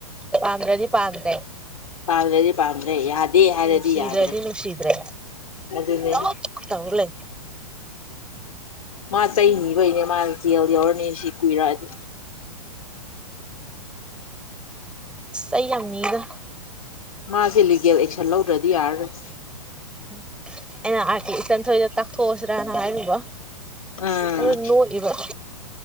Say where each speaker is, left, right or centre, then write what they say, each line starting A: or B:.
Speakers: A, in the centre; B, on the left.
A: ꯄꯥꯟꯗ꯭ꯔꯗꯤ ꯄꯥꯟꯗ꯭ꯔꯦ
B: ꯄꯥꯝꯗ꯭ꯔꯗꯤ ꯄꯥꯝꯗ꯭ꯔꯦ ꯌꯥꯗꯦ ꯍꯥꯏꯔꯗꯤ
A: ꯅꯨꯡꯁꯤꯗ꯭ꯔꯗꯤ
B: ꯌꯥꯗ꯭ꯔꯦ
A: ꯅꯨꯡꯁꯤꯗ꯭ꯔꯦ
B: ꯑꯗꯨꯅꯦ
A: ꯑꯗꯨꯝ ꯇꯧꯔ ꯂꯩ
B: ꯃꯥ ꯆꯩ ꯅꯤꯕꯩꯅꯦ ꯃꯥ ꯖꯦꯜ ꯌꯧꯔꯅꯤ ꯁꯤ ꯀꯨꯏꯔꯛꯑꯗꯤ
A: ꯑꯩ ꯌꯥꯝꯅꯤꯒ
B: ꯃꯥꯁꯦ ꯂꯤꯒꯦꯜ ꯑꯦꯛꯁꯟ ꯂꯧꯗ꯭ꯔꯗꯤ ꯌꯥꯔꯔꯣꯏ
A: ꯎꯝ ꯑꯦꯅ ꯑꯥꯀꯤ ꯏꯁꯟ ꯊꯗ ꯇ ꯊꯣꯁ꯭ꯔꯥꯅ ꯍꯥꯏꯔꯨꯕ
B: ꯑꯥ
A: ꯑꯗꯨ ꯅꯣꯛꯏꯕ